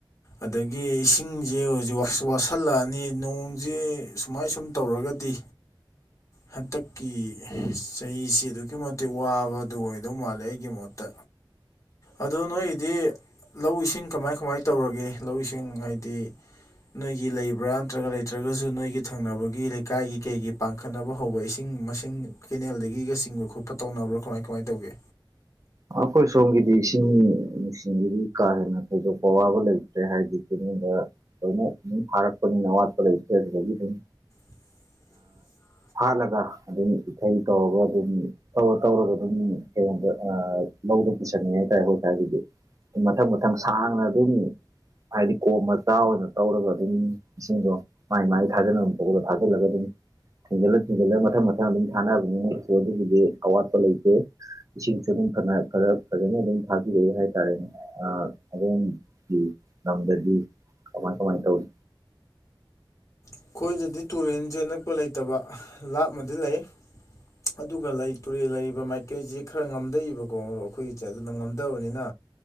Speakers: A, on the left; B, on the right.
A: ꯑꯗꯒꯤ ꯏꯁꯤꯡꯁꯦ ꯍꯧꯖꯤꯛ ꯋꯥꯁꯜꯂꯛꯑꯅꯤ ꯅꯣꯡꯁꯦ ꯁꯨꯃꯥꯏ ꯁꯨꯝ ꯇꯧꯔꯒꯗꯤ ꯍꯟꯗꯛꯀꯤ ꯆꯍꯤꯁꯤ ꯑꯗꯨꯛꯀꯤ ꯃ ꯇꯤꯛ ꯋꯥꯕꯗꯨ ꯑꯣꯏꯗꯧ ꯃꯥꯜꯂꯦ ꯑꯩꯒꯤ ꯃꯣꯠꯇ ꯑꯗꯣ ꯅꯣꯏꯒꯤꯗꯤ ꯂꯧ ꯏꯁꯤꯡ ꯀꯃꯥꯏ ꯀꯃꯥꯏ ꯇꯧꯔꯒꯦ ꯂꯧ ꯏꯁꯤꯡ ꯍꯥꯏꯗꯤ ꯅꯣꯏꯒꯤ ꯂꯩꯕꯔꯥ ꯅꯠꯇ꯭ꯔꯒ ꯂꯩꯇꯔꯥꯒꯁꯨ ꯅꯣꯏꯒꯤ ꯊꯪꯅꯕꯒꯤ ꯂꯩꯀꯥꯏꯒꯤ ꯀꯩꯒꯤ ꯄꯥꯛ ꯈꯠꯅꯕ ꯍꯧꯕ ꯏꯁꯤꯡ ꯃꯁꯤꯡ ꯀꯦꯅꯦꯜꯗꯒꯤꯒ ꯆꯤꯡꯕ ꯈꯣꯠꯄ ꯇꯧꯅꯕ꯭ꯔꯥ ꯀꯃꯥꯏ ꯀꯃꯥꯏꯅ ꯇꯧꯒꯦ
B: ꯑꯩꯈꯣꯏ ꯁꯣꯝꯒꯤꯗꯤ ꯏꯁꯤꯡ ꯅꯨꯡꯁꯤꯡꯒꯤꯗꯤ ꯀꯥ ꯍꯦꯟꯅ ꯊꯣꯏꯗꯣꯛꯄ ꯑꯋꯥꯕ ꯂꯩ ꯔꯦ ꯍꯥꯏꯗꯤ ꯀꯅꯤꯡꯗ ꯂꯣꯏꯅ ꯑꯗꯨ ꯐꯥꯔꯛꯄꯅꯤꯅ ꯑꯋꯥꯠꯄ ꯂꯩꯇ꯭ꯔꯦ ꯑꯗꯨꯗꯒꯤ ꯁꯨꯝ
A: <unintelligible>
B: ꯍꯥꯠꯂꯒ ꯑꯗꯨꯝ ꯏꯊꯩ ꯇꯧꯔꯒ ꯑꯗꯨꯝ ꯇꯧꯔ ꯇꯧꯔꯒ ꯑꯗꯨꯝ ꯀꯩꯒꯣꯗ ꯑ ꯂꯧꯗ ꯄꯨꯁꯟꯉꯦ ꯍꯥꯏꯇꯥꯔꯦ ꯑꯩꯈꯣꯏꯇꯥꯔꯒꯤꯗꯤ ꯃꯊꯪ ꯃꯊꯪ ꯁꯥꯡꯅ ꯑꯗꯨꯝ ꯍꯥꯏꯗꯤ ꯀꯣꯝ ꯃꯆꯥ ꯑꯣꯏꯅ ꯇꯧꯔꯒ ꯑꯗꯨꯝ ꯏꯁꯤꯡꯗꯣ ꯃꯥꯏ ꯃꯥꯏ ꯊꯥꯖꯅꯕ ꯊꯣꯛꯄꯗ ꯊꯥꯖꯤꯜꯂꯒ ꯑꯗꯨꯝ ꯊꯤꯡꯖꯤꯜꯂ ꯊꯤꯡꯖꯤꯜꯂꯒ ꯃꯊꯪ ꯃꯊꯪ ꯑꯗꯨꯝ ꯁꯥꯟꯅꯕꯅꯤꯅ ꯀꯩꯁꯨ ꯑꯗꯨꯒꯤꯗꯤ ꯑꯋꯥꯠꯄ ꯂꯩꯇꯦ <unintelligible> ꯈꯔ ꯐꯖꯅ ꯑꯗꯨꯝ ꯊꯥꯕꯤꯔꯛꯏ ꯍꯥꯏꯇꯥꯔꯦꯅꯦ ꯑ ꯑꯗꯨꯝꯒꯤ ꯂꯝꯗꯗꯤ ꯀꯃꯥꯏ ꯀꯃꯥꯏ ꯇꯧꯏ
A: ꯑꯩꯈꯣꯏꯗꯗꯤ ꯇꯨꯔꯦꯟꯖꯦ ꯑꯅꯛꯄ ꯂꯩꯇꯕ ꯂꯥꯞꯅꯗꯤ ꯂꯩ ꯑꯗꯨꯒ ꯂꯩ ꯇꯨꯔꯦꯜ ꯂꯩꯔꯤꯕ ꯃꯥꯏꯀꯩꯁꯤ ꯈꯔ ꯉꯝꯗꯩꯏꯕꯀꯣ ꯃꯔꯨ ꯑꯩꯈꯣꯏꯒꯤꯁꯦ ꯑꯗꯨꯅ ꯉꯝꯗꯕꯅꯤꯅ